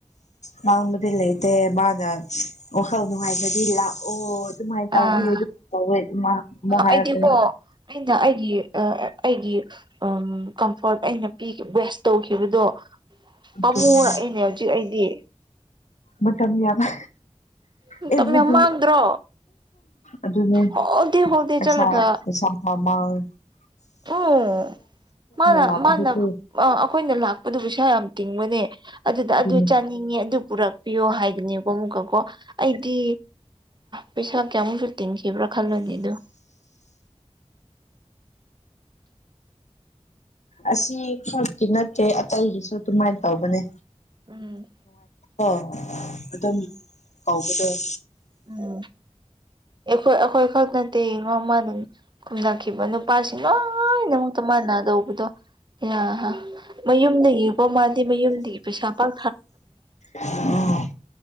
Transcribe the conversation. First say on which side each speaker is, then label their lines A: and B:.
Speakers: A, on the left; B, on the right.
A: ꯃꯥꯡꯕꯗꯤ ꯂꯩꯇꯦ ꯃꯥꯅ ꯋꯥꯈꯜ ꯅꯨꯡꯉꯥꯏꯕꯗꯤ ꯂꯥꯛꯑꯣ ꯑꯗꯨꯃꯥꯏꯅ ꯇꯧꯋꯦ
B: ꯑꯥ
A: ꯑꯗꯨꯃꯥꯏꯅ ꯇꯧꯋꯦ ꯑꯗꯨ ꯑꯃꯨꯛ ꯍꯥꯏꯔꯛꯀꯅꯤ
B: ꯑꯩꯗꯤꯀꯣ ꯑꯩꯅ ꯑꯩꯒꯤ ꯑꯩꯒꯤ ꯀꯝꯐꯣꯔꯠ ꯑꯩꯅ ꯄ ꯋꯦꯁ ꯇꯧꯈꯤꯕꯗꯣ ꯄꯥꯝꯃꯨꯔꯛꯏꯅꯦ
A: ꯑꯗꯨꯅꯦ
B: ꯍꯧꯖꯤꯛ ꯑꯩꯗꯤ
A: ꯃꯖꯝꯕꯤ ꯌꯥꯕ
B: ꯃꯇꯝ
A: ꯑꯦꯚ꯭ꯔꯤꯗꯦ
B: ꯌꯥꯝ ꯃꯥꯡꯗ꯭ꯔꯣ
A: ꯑꯗꯨꯅꯦ
B: ꯍꯣꯜ ꯗꯦ ꯍꯣꯜ ꯗꯦ
A: ꯄꯩꯁꯥ
B: ꯆꯠꯂꯒ
A: ꯄꯩꯁꯥꯥꯕ <inaudible> <unintelligible>
B: ꯎꯝ ꯃꯥꯅ
A: ꯂꯥꯛꯄꯗꯨꯗꯤ
B: ꯃꯥꯗ ꯑꯩꯈꯣꯏꯅ ꯂꯥꯛꯄꯗꯨ ꯄꯩꯁꯥ ꯌꯥꯝ ꯇꯤꯡꯕꯅꯦ ꯑꯗꯨꯗ
A: ꯑꯗꯨꯅꯦ
B: ꯑꯗꯨ ꯆꯥꯅꯤꯡꯉꯦ ꯑꯗꯨ ꯄꯨꯔꯛꯄꯤꯌꯣ ꯍꯥꯏꯗꯨꯅꯦꯀꯣ ꯑꯃꯨꯛꯀꯀꯣ ꯑꯩꯗꯤ ꯄꯩꯁꯥ ꯀꯌꯥ ꯑꯃꯨꯁꯨ ꯇꯤꯟꯈꯤꯕ꯭ꯔꯥ ꯈꯜꯂꯨꯅꯦ ꯑꯗꯨ
A: ꯑꯁꯤ ꯈꯔꯀꯤ ꯅꯠꯇꯦ ꯑꯇꯩꯒꯤꯁꯨ ꯑꯗꯨꯃꯥꯏꯅ ꯇꯧꯕꯅꯦ
B: ꯎꯝ
A: ꯑ ꯑꯗꯨꯝ ꯀꯥꯎꯒꯗꯣꯏ
B: ꯎꯝ ꯑꯩꯈꯣꯏ ꯑꯩꯈꯣꯏ ꯈ ꯅꯠꯇ ꯃꯃ ꯈꯨꯝꯅꯈꯤꯕ ꯅꯨꯄꯥꯁꯤꯡ ꯂꯣꯏꯅꯃꯛꯇ ꯃꯥꯟꯅꯗꯧꯕꯗꯣ ꯌꯥ ꯃꯌꯨꯝꯗꯒꯤꯀꯣ ꯃꯥꯗꯤ ꯃꯌꯨꯝꯗꯒꯤ ꯄꯩꯁꯥ ꯄꯥꯛ
A: ꯑꯣ